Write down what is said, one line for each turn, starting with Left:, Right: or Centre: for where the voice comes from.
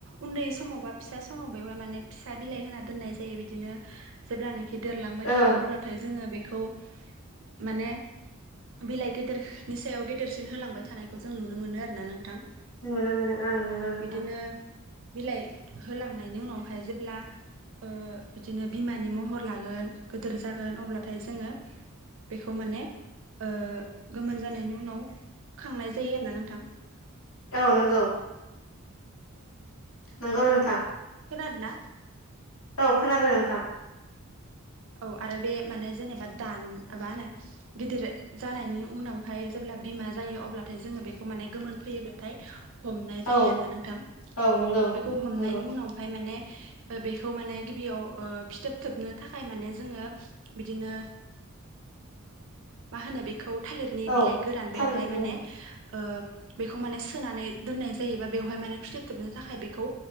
Right: उन्दै समाव बा फिसा समाव बेवहाय माने फिसा बिलाइ होना दोननाय जायो बिदिनो जेब्लानाखि देरलांबाय
Left: ओं
Right: थायो अब्लाथाय जोङो बेखौ माने बिलाइ गेदेरनि सायाव गेदेरसिन होलांबाय थानायखौ जों नुनो मोनो आरो ना नोंथां
Left: नुनो मोनो ओं नंगौ नोंथां
Right: बिदिनो बिलाइ होलांनायनि उनावहाय जेब्ला ओ बिदिनो बिमानि महर लागोन गिदोर जागोन अब्लाथाय जोङो बेखौ माने ओ गोमोन जानायनि उनाव खांनाय जायो आरोना नोंथां
Left: औ नंगौ
Right: <inaudible>
Left: नोंगौ नोंथां
Right: खोनादोंना?
Left: औ खोनादों नोंथां।
Right: औ आरो बे माने जेनेबा दान मा होनो गिदिर जानायनि उनावहाय जेब्ला बिमा जायो अब्लाथाय जोङो बेखौ माने गोमोन फैयोब्लाथाय हमनाय जायो
Left: औ
Right: आरो ना नोंथां,
Left: औ नंगौ
Right: बेखौ हमनायनि
Left: नंगौ
Right: उनावहाय माने बेखौ माने गिबियाव ओ फिथोब थोबनो था माने जोङो बिदिनो मा होनो खौ थालिरनि बिलाइ
Left: औ
Right: गोरान बेवहाय
Left: थालिर
Right: माने
Left: औ
Right: ओ बेखौ माने सोनानै दोननाय जायोबा बेवहाय माने फिथोब थोबनो थाखाय बेखौ